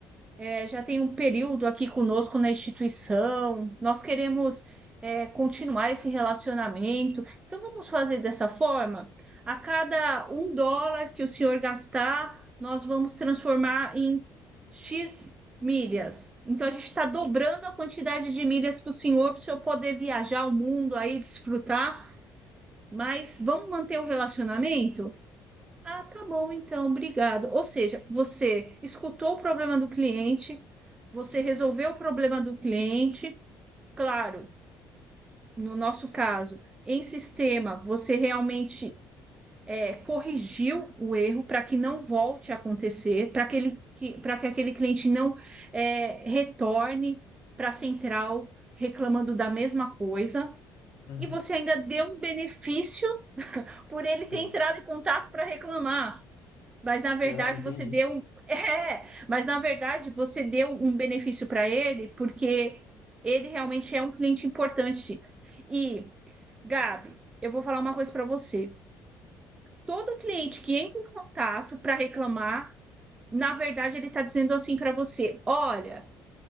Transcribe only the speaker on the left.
uhum.
uhum.
Não, entendi.